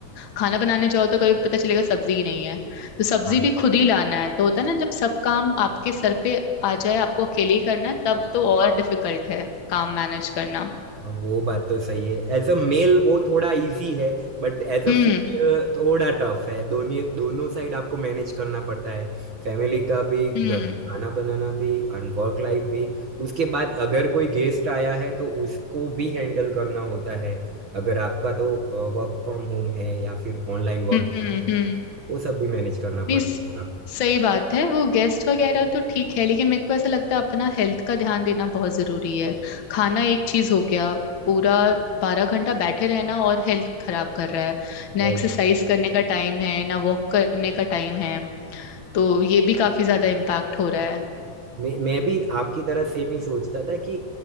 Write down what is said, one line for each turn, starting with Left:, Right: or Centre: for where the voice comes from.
Left: खाना बनाने जाओ तो कभी पता चलेगा सब्जी ही नहीं है तो सब्जी
Right: <laughs>
Left: भी खुद ही लाना है तो होता है ना जब सब काम आपके सर पे आ जाए आपको अकेले ही करना है तब तो और डिफिकल्ट है काम मैनेज करना
Right: हाँ, वो बात तो सही है एज अ मेल वो थोड़ा इजी है बट एज
Left: हम्म
Right: अ फीमेल थोड़ा टफ है दोनों दोनों साइड आपको मैनेज करना पड़ता है फैमिली का भी
Left: हम्म
Right: घर का खाना बनाना भी और वर्क लाइफ भी उसके बाद अगर कोई गेस्ट आया है तो उसको भी हैंडल करना होता है अगर आपका तो वर्क फ्रॉम होम है या फिर ऑनलाइन वर्क
Left: हम्म
Right: है तो
Left: हम्म
Right: वो सब भी मैनेज करना
Left: नहीं
Right: पड़ता
Left: स-
Right: होगा
Left: सही बात है वो गेस्ट वगैरह तो ठीक है लेकिन मेरे को ऐसा लगता है अपना हेल्थ का ध्यान देना बहुत जरूरी है खाना एक चीज हो गया पूरा बारह घंटा बैठे रहना और हेल्थ खराब कर रहा है ना
Right: Right?
Left: एक्सरसाइज करने का टाइम है ना वॉक करने का टाइम है तो ये भी काफी ज्यादा इम्पैक्ट हो रहा है
Right: मैं मैं भी आपकी तरह सेम ही सोचता था कि